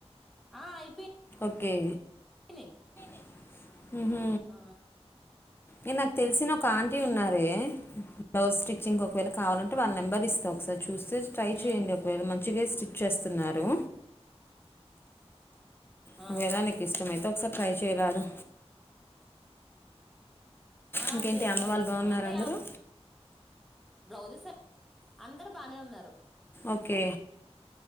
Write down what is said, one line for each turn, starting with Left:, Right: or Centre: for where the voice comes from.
Centre: ఆ అయి
Left: ఓకే
Centre: <inaudible>
Left: హ్
Centre: ఆ
Left: ఏ నాక్ తెలిసిన ఒక ఆంటీ ఉన్నారే బ్లౌజ్ స్టి గ్ ఒకవేళ కావాలంటే వాళ్ళ నెంబర్ ఇస్తా ఒకసారి చూస్తే ట్రై చేయండి
Centre: ఉమ్
Left: ఒకవేళ మంచిగే స్టిచ్ చేస్తున్నారు. నువ్వేలా
Centre: ఆ
Left: నీక్ ఇష్టమైతే ఒకసారి ట్రై చేయరాదు
Centre: ఆ
Left: ఇంకేంటి
Centre: చేస్తాను
Left: అమ్మ వాళ్ళు
Centre: చేస్తా
Left: బాగున్నారు
Centre: అంటే
Left: అందరూ
Centre: ఆ బ్లౌజెస్ అందరు బాగానే ఉన్నారు
Left: ఓకే